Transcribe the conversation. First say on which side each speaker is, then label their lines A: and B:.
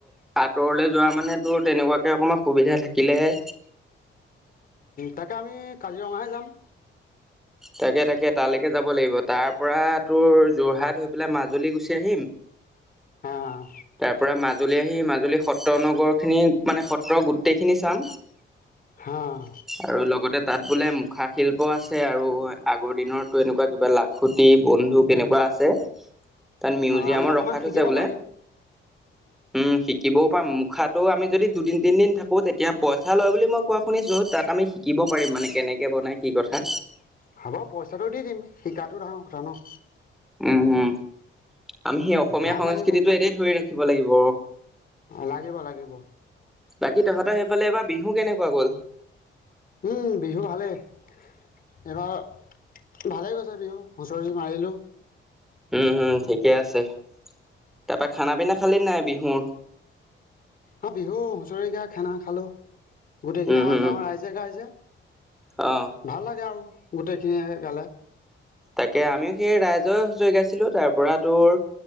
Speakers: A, in the centre; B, on the left.
A: দূৰলৈ যোৱা মানেতো তেনেকুৱাকে অকণমান সুবিধা থাকিলেহে।
B: তাকে আমি কাজিৰঙাহে যাম।
A: তাকে তাকে, তালৈকে যাব লাগিব তাৰ পৰা তোৰ যোৰহাট হৈ পেলাই মাজুলী গুচি আহিম।
B: হা হা।
A: তাৰ পৰা মাজুলী আহি মাজুলী সত্ৰ নগৰখিনি মানে সত্ৰ গোটেইখিনি চাম।
B: অঁ
A: আৰু লগতে তাত বোলে মুখা শিল্প আছে, আৰু। আগৰ দিনৰতো এনেকুৱা কিবা লাখুটি, বন্দুক এনেকুৱা আছে। তাত মিউজিয়ামত
B: আমি অকণমান
A: ৰখাই থৈছে
B: শিকিব
A: বোলে,
B: পাৰিম
A: উম শিকিবও মুখাটো আমি যদি দুদিন-তিনদিন থাকো, তেতিয়া পইচা লয় বুলি মই কোৱা শুনিছো। তাত আমি শিকিব পাৰিব। মানে কেনেকে বনায়? কি কথা!
B: হ'ব পইচাটো দি দিম, শিকাটো ডাঙৰ কথা ন!
A: উম উম। আমি সেই অসমীয়া
B: ভাল
A: সংস্কৃতিটো
B: লাগিব
A: এদই ধৰি ৰাখিব লাগিব।
B: লাগিব লাগিব
A: বাকী তহঁতৰ সেইফালে এবাৰ বিহু কেনেকুৱা গ'ল।
B: উম বিহু ভালেই এইবাৰ ভালেই গৈছে বিহু। হুচৰি মাৰিলোঁ।
A: উম হম ঠিকে আছে তাৰাপা খানা পিনা খালি নাই বিহুৰ।
B: অ বিহু হুঁচৰি গাই খানা খালোঁ গোটেইখিনি
A: উম
B: আমাৰ
A: হম
B: গাঁৱৰ ৰাইজে গাইজে
A: অ
B: ভাল লাগে আৰু। গোটেইখিনিয়ে গালে।
A: তাকে আমিও সেই ৰাইজৰে হুঁচৰি গাইছিলো তাৰ পৰা তোৰ